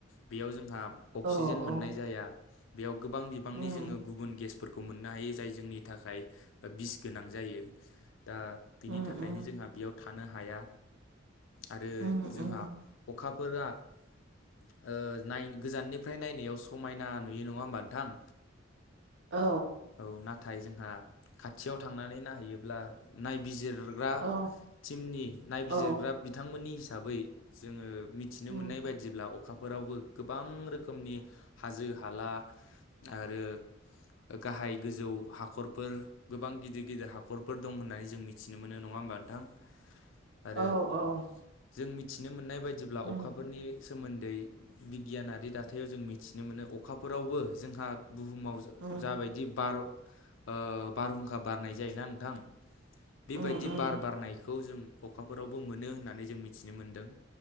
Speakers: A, on the left; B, on the right.
A: बेयाव जोंहा अक्सिजेन
B: औ औ
A: मोननाय जाया बेयाव गोबां बिबांनि
B: उम
A: जोंङो गुबुन गेस फोरखौ मोननो हायो जाय जोंनि थाखाय बिस गोनां जायो। दा बिनि
B: उम
A: थाखायनो
B: उम
A: जोंहा बेयाव थानो हाया। आरो
B: उम
A: जोंहा
B: उम
A: अखाफोरा। ओ नाय गोजाननिफ्राय नायनायाव समायना नुयो नङा होमबा नोंथां?
B: औ।
A: औ नाथाय जोंहा खाथियाव थांनानै नायहैयोब्ला नायबिजिर ग्रा
B: औ
A: टिमनि नायबिजिरग्रा
B: औ
A: बिथांमोननि हिसाबै जोङो मिथिनो
B: उम
A: मोननाय ब्ला अखाफोरावबो गोबां रोखोमनि हाजो हाला आरो गाहाय गोजौ हाखरफोर गोबां गिदिर गिदिर हाखरफोर दं होननानै जों मिथिनो मोनो नङा ओमबा नोंथां आरो
B: औ औ
A: जों मिथिनो मोननाय बायदिब्ला
B: उम
A: अखाफोरनि सोमोन्दै बिगियानारि दाथायाव जों मिथिनो मोनो अखाफोरावबो जोंहा बुहुमाव
B: उम
A: जाबायदि बार ओ बारहुंखा बारनाय जायोना नोंथां बेबायदि
B: उम उम
A: बार बारनायखौ जों अखाफोरावबो मोनो होननानै जों मिथिनो मोनदों।